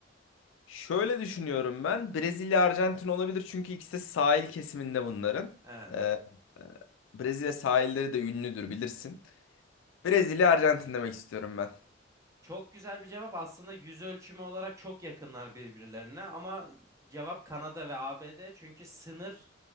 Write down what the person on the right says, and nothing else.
Evet.
Çok güzel bir cevap. Aslında yüz ölçümü olarak çok yakınlar birbirlerine ama cevap Kanada ve ABD. Çünkü sınır